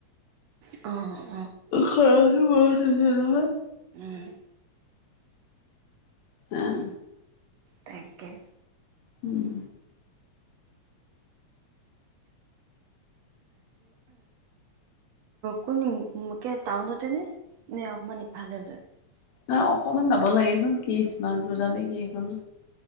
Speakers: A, on the right; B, on the left.
A: অ
B: হাঁহি মাৰি তে নহয়।
A: উম
B: আহ
A: তাকে
B: উম
A: কোন টাউনতে নে নে অকমান ইফালে লৈ
B: ন অকমান যাব লাগে সখন কি স্মাৰ্ট বজাৰ নে কি সিখন